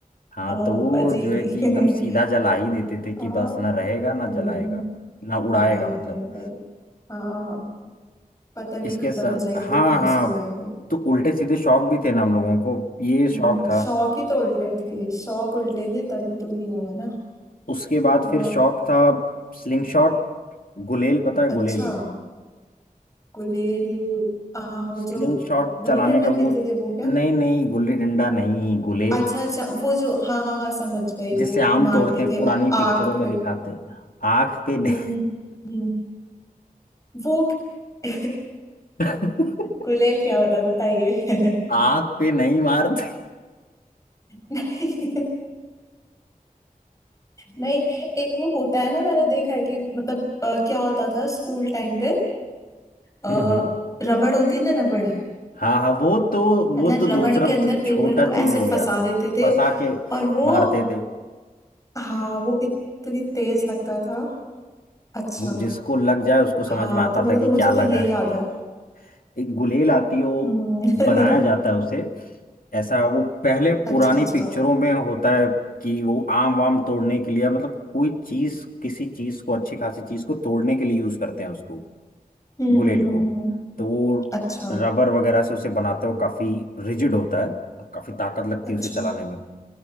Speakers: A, on the left; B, on the left.
A: हाँ
B: हाँ
A: तो वो
B: बजेगी
A: जो है कि
B: <laughs>
A: एकदम सीधा जला ही देते थे
B: आ,
A: कि बस ना रहेगा ना
B: हम्म
A: जलाएगा ना उड़ाएगा
B: भाई
A: मतलब
B: भाई भाई आ, पतंग
A: इसके
B: ही खत्म
A: साथ
B: हो जाएगी
A: हाँ
B: तो कहाँ
A: हाँ
B: से उड़ाएंगे
A: तो उल्टे सीधे शौक भी थे ना हम लोगों को ये
B: हम्म,
A: शौक था
B: शौक ही तो उल्टे थे शौक उल्टे थे तभी तो ये हुआ ना
A: उसके बाद
B: आ,
A: फिर शौक था स्लिंग शॉट गुलेल पता है गुलेल
B: अच्छा गुलेल आ, वो
A: स्लिंग
B: जो
A: शॉट
B: गुल्ली
A: चलाने
B: डंडा
A: का
B: खेलते
A: वो
B: थे वो क्या
A: नहीं नहीं गुल्ली डंडा नहीं गुलेल
B: अच्छा अच्छा वो जो हाँ हाँ हाँ समझ गई
A: जिससे
B: वो
A: आम
B: मारते
A: तोड़ते हैं
B: थे
A: पुरानी
B: आ-
A: पिक्चरों
B: आँख
A: में
B: पे
A: दिखाते हैं आग पे
B: हम्म
A: नहीं
B: हम्म हम्म। वो <laughs>
A: <laughs>
B: गुलेल क्या होता है बताइए <laughs>
A: आग पे नहीं मारते
B: नहीं नहीं एक वो होता है ना मैंने देखा है कि मतलब अ, क्या होता था स्कूल टाइम पे आ,
A: हम्म हम्म।
B: रबड़ होती है ना रबड़
A: हाँ हाँ वो तो वो
B: मतलब
A: तो
B: रबड़
A: दूसरा
B: के
A: वो
B: अंदर
A: तो
B: पेपर
A: छोटा
B: को ऐसे
A: चीज हो गया
B: फंसा देते थे
A: फंसा के
B: और वो
A: मारते थे
B: हाँ वो इतनी तेज लगता था अच्छा
A: वो जिसको लग जाए उसको समझ
B: हाँ
A: में आता
B: तो मतलब
A: था कि
B: मुझे
A: क्या
B: तो ये
A: लगा
B: याद
A: है
B: है
A: एक गुलेल आती है वो
B: हम्म
A: बनाया
B: <laughs>
A: जाता है उसे ऐसा वो पहले पुरानी
B: अच्छा अच्छा
A: पिक्चरों में होता है कि वो आम वाम तोड़ने के लिए मतलब कोई चीज किसी चीज को अच्छी खासी चीज को तोड़ने के लिए यूज करते हैं उसको
B: हम्म
A: गुलेल
B: हम्म
A: को
B: हम्म
A: तो वो
B: अच्छा
A: रबर वगैरह से उसे बनाते हो काफी रिजिड होता है और काफी ताकत लगती
B: अच्छा
A: है उसे चलाने में